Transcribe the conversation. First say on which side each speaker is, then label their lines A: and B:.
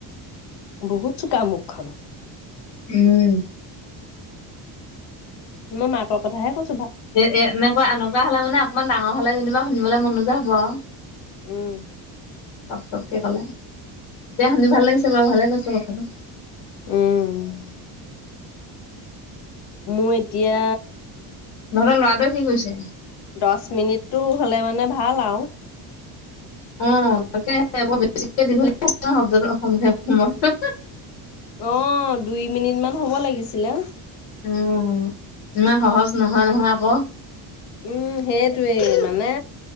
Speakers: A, on the left; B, on the left.
A: বহুত চোকা মুখখন।
B: উম।
A: মই মাকৰ কথাহে কৈ
B: এ এনেকুৱা, এনেকুৱা হ'লে মানে অকমান ডাঙ অ', হ'লে যেনিবা শুনিবলৈ মন নোযোৱা হ'ব আৰু।
A: উম।
B: <unintelligible> ক'লে। এতিয়া শুনি ভাল লাগিছে বাৰু ভালে পাইছো কথাটো।
A: উম। মোৰ এ এতিয়া
B: তহঁতৰ ল'ৰাটোৱে কি কৰিছে?
A: দচ মিনিটটো হ'লে মানে ভাল আৰু।
B: অ', তাকে আকৌ বেছিকে দীঘলীয়া <unintelligible>
A: অ', দুই মিনিট মান হ'ব লাগিছিলে।
B: উম, ইমান সহজ নহয়, নহয় আকৌ।
A: উম, সেইটোৱেই মানে,